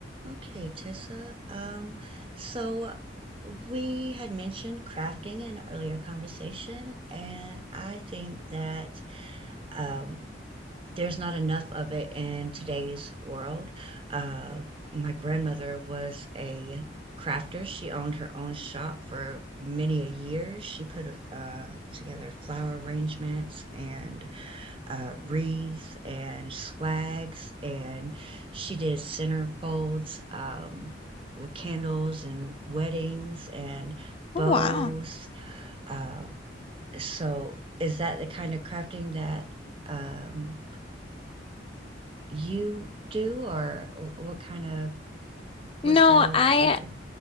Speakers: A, on the right; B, on the left.
A: Okay, Tessa. Um, so we had mentioned crafting in an earlier conversation, and I think that um, there's not enough of it in today's world. Uh, my grandmother was a crafter. She owned her own shop for many a year. She put uh, together flower arrangements and uh, wreaths and swags, and she did centerfolds um, with candles and weddings and bows.
B: Oh, wow.
A: Uh, so, is that the kind of crafting that um, you do, or what kind of what
B: No,
A: style of
B: I
A: crafting?